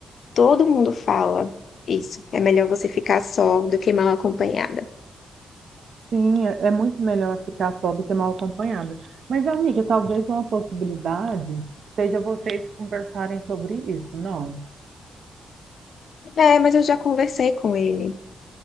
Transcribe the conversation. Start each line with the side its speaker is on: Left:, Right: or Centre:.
Left: todo mundo fala isso. É melhor você ficar só do que mal acompanhada.
Right: Sim, é é muito melhor ficar só do que mal acompanhada. Mas, amiga, talvez uma possibilidade seja vocês conversarem sobre isso, não?
Left: É, mas eu já conversei com ele.